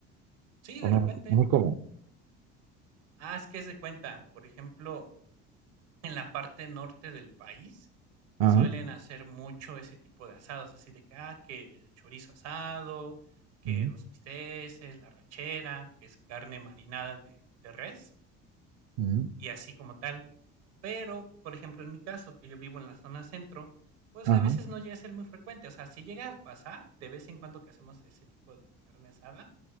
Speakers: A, on the right (about 85°); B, on the right (about 65°).
A: Sí,
B: ¿O
A: de
B: no?
A: repente.
B: ¿No es común?
A: Ah, es que es de cuenta. Por ejemplo, En la parte norte del país
B: Ajá.
A: suelen hacer mucho ese tipo de asados, así de que, ah, que el chorizo asado, que
B: ujú,
A: los bisteces, la rachera, que es carne marinada de, de res
B: ujú,
A: y así como tal. Pero, por ejemplo, en mi caso, que yo vivo en la zona centro, pues
B: Ajá.
A: a veces no llega a ser muy frecuente. O sea, si llega a pasar de vez en cuando que hacemos ese tipo de carne asada,